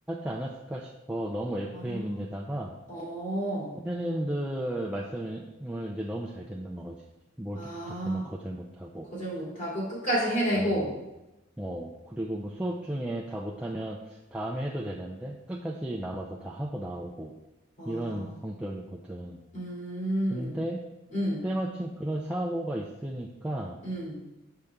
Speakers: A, in the centre; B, on the left (about 40°).
A: 않았을까 싶어. 너무 FM인데다가,
B: 아, 어,
A: 선생님들 말씀을 이제 너무 잘 듣는 거지. 뭐
B: 아,
A: 이렇게 부탁하면 거절 못하고,
B: 거절 못하고 끝까지 해내고,
A: 어, 뭐, 어, 그리고 뭐 수업 중에 다 못하면 다음에 해도 되는데, 끝까지 남아서 다 하고 나오고,
B: 아,
A: 이런 성격이거든.
B: 음,
A: 근데,
B: 음,
A: 때마침 그런 사고가 있으니까,
B: 음,